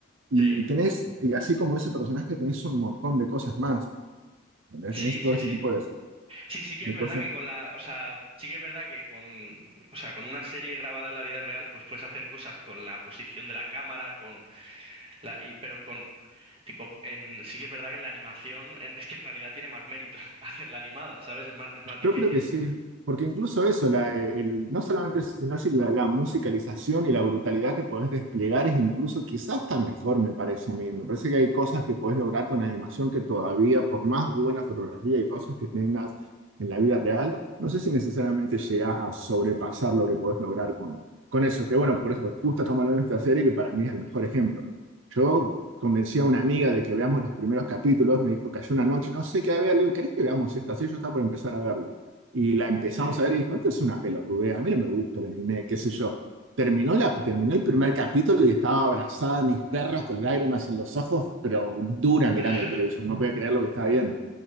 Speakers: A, on the right; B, on the right.
A: Y
B: sí,
A: tenés, y así como ese personaje, tenés un montón de cosas más. ¿entendés?
B: sí,
A: Tenés todo
B: sí,
A: ese
B: sí.
A: tipo
B: sí.
A: de,
B: Sí, sí que
A: de
B: es verdad
A: cosas.
B: que con la, o sea, sí que es verdad que con, o sea, con una serie grabada en la vida real, pues puedes hacer cosas con la posición de la cámara, con la, y- pero con, tipo, en, sí que es verdad que en la animación, en- es que en realidad tiene más mérito <laughs> hacerla animada, ¿sabes? Es más, es más difícil.
A: Yo creo que sí, porque incluso eso, la, eh, el, no solamente eso, sino así la, la musicalización y la brutalidad que podés desplegar es incluso quizás hasta mejor, me parece a mí. Me parece que hay cosas que podés lograr con animación que todavía, por más buena fotografía y cosas que tengas en la vida real, no sé si necesariamente llegás a sobrepasar lo que podés lograr con, con eso. Que bueno, por eso justo estamos hablando de esta serie que para mí es el mejor ejemplo. Yo convencí a una amiga de que veamos los primeros capítulos, me dijo, cayó una noche, no sé qué ver, le digo, ¿querés que veamos esta serie? Yo estaba por empezar a verla. Y la empezamos
B: Sí.
A: a ver y dijo, esto es una pelotudez, a mí no me gusta el anime, qué sé yo. Terminó, la, terminó el primer capítulo y estaba abrazada a mis perros con lágrimas en los ojos, pero dura mirando
B: <laughs>
A: el televisor, no podía creer lo que estaba viendo.